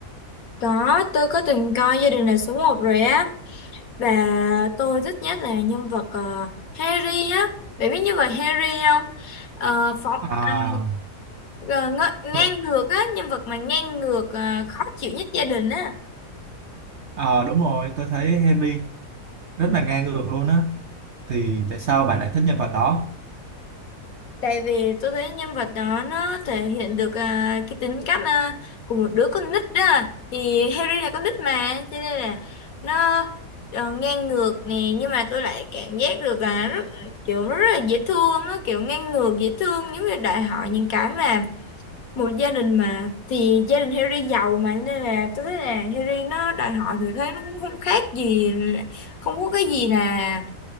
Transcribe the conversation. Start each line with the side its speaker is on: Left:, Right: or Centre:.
Left: có tôi có từng coi gia đình là số một rồi á và tôi thích nhất là nhân vật ờ, Harry á, bạn biết nhân vật Harry không? Ờ, phó,
Right: À,
Left: à, ờ, ng ngang
Right: tôi,
Left: ngược á, nhân vật mà ngang ngược ờ, khó chịu nhất gia đình á.
Right: ờ, đúng rồi, tôi thấy Henry rất là ngang ngược luôn á. Thì tại sao bạn lại thích nhân vật đó?
Left: Tại vì tôi thấy nhân vật đó nó thể hiện được à, cái tính cách à, của một đứa con nít đó. Thì Harry là con nít mà, cho nên là nó ờ, ngang ngược nè, nhưng mà tôi lại cảm giác được là rất, kiểu rất là dễ thương, nó kiểu ngang ngược dễ thương giống như đòi hỏi những cái mà một gia đình mà thì gia đình Harry giàu mà cho nên là tôi thấy là Harry nó đòi hỏi thì thấy nó cũng không khác gì, không có cái gì là